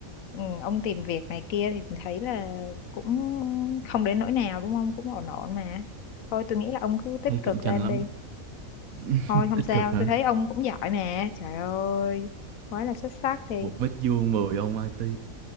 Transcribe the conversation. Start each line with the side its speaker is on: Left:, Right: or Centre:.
Left: ừ, ông tìm việc này kia thì thấy là cũng không đến nỗi nào đúng không cũng ổn ổn mà thôi tôi nghĩ là ông cứ tích
Right: thấy
Left: cực
Right: cạnh tranh
Left: lên
Right: lắm
Left: đi
Right: <laughs>
Left: thôi không
Right: tích
Left: sao
Right: cực hả
Left: tôi thấy ông cũng giỏi mà trời ơi quá là xuất sắc đi
Right: một mét vuông mười ông IT